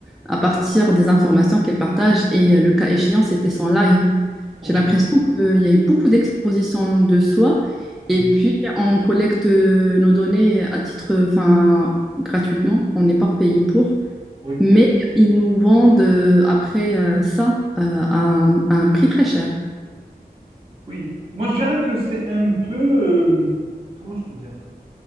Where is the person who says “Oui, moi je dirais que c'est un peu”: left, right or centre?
Right